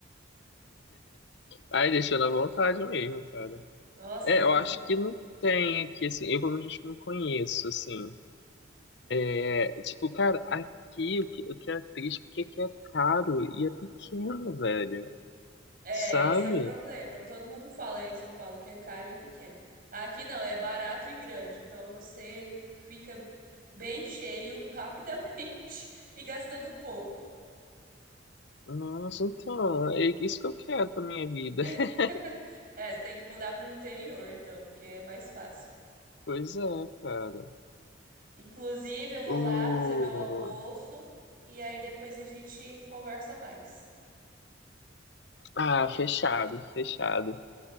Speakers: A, on the left; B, on the right.
A: Ai, deixou na vontade mesmo, cara.
B: Nossa,
A: É,
B: é muito
A: eu acho
B: bom.
A: que não tem aqui, assim. Eu, pelo menos, acho que não conheço, assim. É, tipo, cara, aqui o que, o que é triste, porque aqui é caro e é pequeno, velho.
B: É,
A: Sabe?
B: esse é o problema. Todo mundo fala aí em São Paulo que é caro e pequeno. Aqui não, é barato e grande. Então você fica bem cheio rapidamente <laughs> e gastando pouco.
A: Nossa, então, é isso que eu quero pra minha vida.
B: né?
A: <laughs>
B: <laughs> É, você tem que mudar para o interior, então, porque é mais fácil.
A: Pois é, cara.
B: Inclusive, eu vou
A: O.
B: lá fazer meu almoço e aí depois a gente conversa mais.
A: Ah, fechado, fechado.